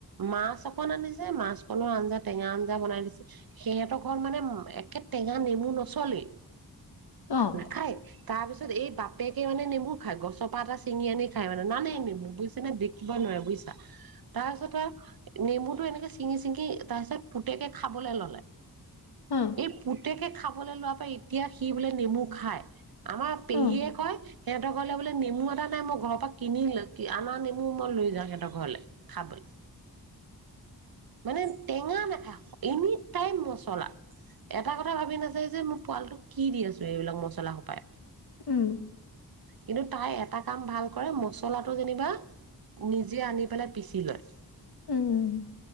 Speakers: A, on the right; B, on the left.
A: মাছ অকণ আনিছে মাছ কণৰ আঞ্জা টেঙা আঞ্জা বনাই দিছে, সিহঁতৰ ঘৰত মানে একে টেঙা নেমু নচলেই।
B: অ
A: নাখায়। তাৰ পিছত এই বাপেকে মানে নেমু খা, ই গছৰপা এটা চিঙি আনি খাই মানে নানে নেমু বুজিছা নে বিকিব নোৱাৰে বুজিছা, তাৰপিছত আৰু নেমুতটো এনেকে চিঙি চিঙি তাৰপিছত পুতেকে খাবলৈ ললে।
B: অ
A: এই পুত গোটেইকে খাব লোৱাৰ প এতিয়া সি বোলে নেমু খায়। আমাৰ পেহীয়ে
B: অ
A: কয় সিহঁতৰ ঘৰলে বোলে নেমু এটা নাই মই ঘৰৰ পৰা কিনি লৈ আ নেমু মই লৈ যাওঁ। সিহঁতৰ ঘৰলে খাবলৈ মানে টেঙা নাখায়। এনি টাইম মচলা, এটা কথা ভাবি নাচ যে মোৰ পোৱালটোক কি দি আছোঁ, এইবিলাক মছলা সোপাই
B: উম।
A: কিন্তু, তাই এটা কাম ভাল কৰে, মছলাটো যেনিবা নিজে আনি পেলাই পিচি লয়।
B: উম